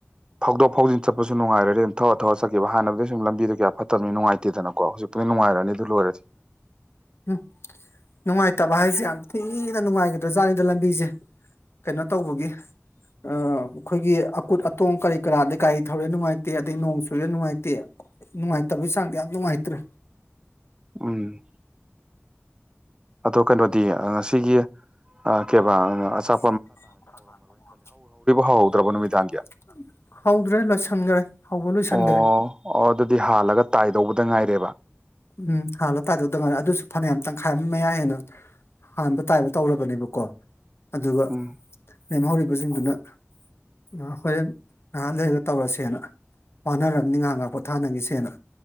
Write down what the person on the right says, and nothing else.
ꯐꯥꯎꯗꯣꯛ ꯐꯥꯎꯖꯤꯟ ꯆꯠꯄꯁꯨ ꯅꯨꯡꯥꯏꯔꯗꯤ ꯑꯗꯨꯝ ꯊꯋꯥꯒ ꯊꯧꯔ ꯆꯠꯈꯤꯕ ꯍꯥꯟꯅꯗꯒꯤꯗꯤ ꯁ ꯂꯝꯕꯤꯗ ꯀꯌꯥ ꯐꯠꯇꯅꯤ ꯅꯨꯡꯉꯥꯏꯇꯦꯗꯅꯀꯣ ꯍꯧꯖꯤꯛꯄꯗꯤ ꯅꯨꯡꯉꯥꯏꯔꯅꯤ ꯑꯗꯨ ꯂꯣꯏꯔꯗꯤ
ꯎꯝ ꯑꯗꯣ ꯀꯩꯅꯣꯗꯤ ꯉꯁꯤꯒꯤ ꯀꯦꯕꯥ ꯑꯆꯥ
ꯍꯧꯍꯧꯗ꯭ꯔꯕ ꯅꯨꯃꯤꯗꯥꯡꯒꯤ
ꯑꯣ ꯑꯣ ꯑꯗꯨꯗꯤ ꯍꯥꯜꯂꯒ ꯇꯥꯏꯗꯧꯕꯗ ꯉꯥꯏꯔꯦꯕ
ꯎꯝ